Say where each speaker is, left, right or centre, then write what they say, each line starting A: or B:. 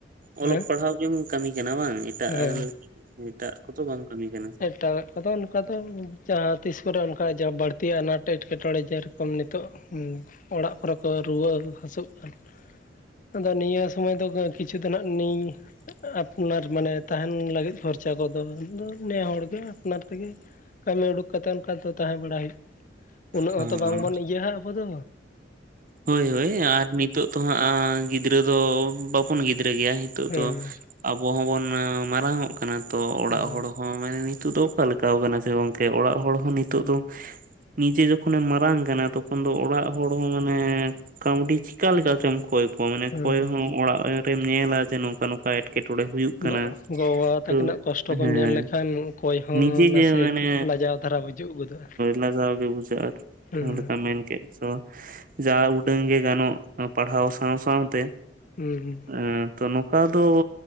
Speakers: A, on the right (about 50°); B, on the left (about 45°).
A: ᱚᱞᱚᱜ
B: ᱦᱮᱸ
A: ᱯᱟᱲᱦᱟᱣ ᱜᱮᱢ ᱠᱟᱹᱢᱤ ᱠᱟᱱᱟ ᱵᱟᱝ ᱮᱴᱟᱜ
B: ᱦᱮᱸ
A: ᱮᱴᱟᱜ ᱠᱚᱫᱚ ᱵᱟᱢ ᱠᱟᱹᱢᱤ ᱠᱟᱱᱟ
B: ᱮᱴᱟᱜᱟᱜ ᱠᱚᱫᱚ ᱚᱱᱠᱟ ᱫᱚ ᱡᱟᱦᱟᱸ ᱛᱤᱥ ᱠᱚᱨᱮ ᱚᱱᱠᱟ ᱡᱟᱦᱟᱸ ᱵᱟᱹᱲᱛᱤ ᱟᱱᱟᱴ ᱮᱴᱠᱮᱴᱚᱬᱮ ᱡᱮᱨᱚᱠᱚᱢ ᱱᱤᱛᱚᱜ ᱚᱲᱟᱜ ᱠᱚᱨᱮ ᱠᱚ ᱨᱩᱣᱟᱹ ᱦᱟᱹᱥᱩᱜ ᱠᱟᱱ ᱟᱫᱚ ᱱᱤᱭᱟᱹ ᱥᱩᱚᱢᱚᱭ ᱫᱚ ᱠᱤᱪᱷᱩ ᱫᱚ ᱱᱟᱜ ᱱᱤᱭᱟ. ᱟᱯᱱᱟᱨ ᱢᱟᱱᱮ ᱛᱟᱦᱮᱱ ᱞᱟᱹᱜᱤᱫ ᱠᱷᱚᱨ ᱪᱟ ᱠᱚᱫᱚ ᱱᱮᱦᱚᱲᱜᱮ ᱟᱯᱱᱟᱨ ᱛᱮᱜᱮ ᱠᱟᱹᱢᱤ ᱩᱰᱩᱠ ᱠᱟᱛᱮ ᱚᱱᱠᱟ ᱫᱚ ᱛᱟᱦᱮᱸ ᱵᱟᱲᱟᱟᱭ ᱦᱩᱭᱩᱜ ᱠᱟᱱᱟ ᱾ ᱩᱱᱟᱹᱜ
A: ᱦᱚᱸ
B: ᱦᱚᱸᱛᱚ ᱵᱟᱝᱵᱚᱱ ᱤᱭᱟᱹ ᱦᱟ ᱟᱵᱚ ᱫᱚ,
A: ᱦᱳᱭ-ᱦᱳᱭ ᱟᱨ ᱱᱤᱛᱚᱜ ᱫᱚ ᱦᱟᱸᱜ ᱜᱤᱫᱽᱨᱟᱹ ᱫᱚ ᱵᱟᱵᱚᱱ ᱜᱤᱫᱽᱨᱟᱹ ᱜᱮᱭᱟ ᱾ ᱱᱤᱛᱚᱜ
B: ᱦᱩᱸ
A: ᱫᱚ ᱟᱵᱚ ᱦᱚᱸᱵᱚᱱ ᱢᱟᱨᱟᱝ ᱚᱜ ᱠᱟᱱᱟ ᱛᱚ ᱚᱲᱟᱜ
B: ᱦᱩᱸ
A: ᱦᱚᱲ ᱦᱚᱸ, ᱢᱟᱱᱮ ᱱᱤᱛᱚᱜ ᱫᱚ ᱚᱠᱟ ᱞᱮᱱᱟ ᱠᱟᱱᱟ ᱥᱮ ᱜᱚᱝᱠᱮ ᱚᱲᱟᱜ ᱦᱚᱲ ᱦᱚᱸ ᱱᱤᱛᱚᱜ ᱫᱚ ᱾ ᱱᱤᱡᱮ ᱡᱚᱠᱷᱚᱱᱮ ᱢᱟᱨᱟᱝ ᱠᱟᱱᱟ ᱛᱚᱠᱷᱚᱱ ᱫᱚ ᱚᱲᱟᱜ ᱦᱚᱲ ᱦᱚᱸ ᱢᱟᱱᱮ, ᱮᱸ ᱠᱟᱹᱣᱰᱤ ᱪᱮᱠᱟ ᱞᱮᱠᱟᱛᱮᱢ ᱠᱚᱭ ᱠᱚᱣᱟ ᱢᱟᱱᱮ
B: ᱦᱩᱸ
A: ᱠᱚᱭ ᱦᱚᱸ ᱚᱲᱟᱜ ᱨᱮᱢ ᱧᱮᱞᱟ ᱡᱮ ᱱᱚᱝᱠᱟ-ᱱᱚᱝᱠᱟ, ᱚᱠᱟ ᱮᱸᱴᱠᱮᱴᱚᱬᱮ ᱦᱩᱭᱩᱜ
B: ᱜᱚ
A: ᱠᱟᱱᱟ
B: ᱵᱟᱵᱟ ᱛᱟᱹᱠᱤᱱᱟᱜ
A: ᱛᱚ
B: ᱠᱚᱥᱴᱚ ᱠᱚᱢ
A: ᱦᱮᱸ
B: ᱧᱮᱞ ᱞᱮᱠᱷᱟᱱ
A: ᱾
B: ᱚᱠᱚᱭ ᱦᱚᱸ
A: ᱱᱤᱡᱮ
B: ᱱᱟᱥᱮ
A: ᱜᱮ ᱢᱟᱱᱮ
B: ᱞᱟᱡᱟᱣ ᱫᱷᱟᱨᱟ ᱵᱩᱡᱩᱜ ᱜᱚᱫᱚᱜᱼᱟ
A: ᱞᱟᱡᱟᱣ ᱜᱮ ᱵᱩᱡᱚᱜᱼᱟ ᱾
B: ᱦᱩᱸ
A: ᱡᱟᱦᱟᱸ ᱞᱮᱠᱟ ᱢᱮᱱ ᱠᱮᱫ ᱾ ᱛᱚ ᱡᱟ ᱩᱰᱟᱹᱝ ᱜᱮ ᱜᱟᱱᱚᱜ ᱯᱟᱲᱦᱟᱣ ᱥᱟᱶ-ᱥᱟᱶᱛᱮ,
B: ᱦᱩᱸ-ᱦᱩᱸ ᱾
A: ᱮ ᱛᱚ ᱱᱚᱝᱠᱟ ᱫᱚ